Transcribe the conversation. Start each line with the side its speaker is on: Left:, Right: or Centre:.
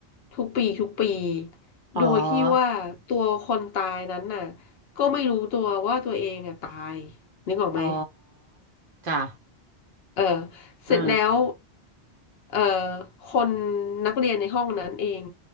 Left: ทุกปีทุกปี
Right: อ๋อ
Left: โดยที่ว่าตัวคนตายนั้นน่ะก็ไม่รู้ตัวว่าตัวเองอ่ะตายนึกออกไหม
Right: อ๋อจ้ะ
Left: เออเสร็จแล้ว
Right: เออ
Left: เอ่อคนนักเรียนในห้องนั้นเอง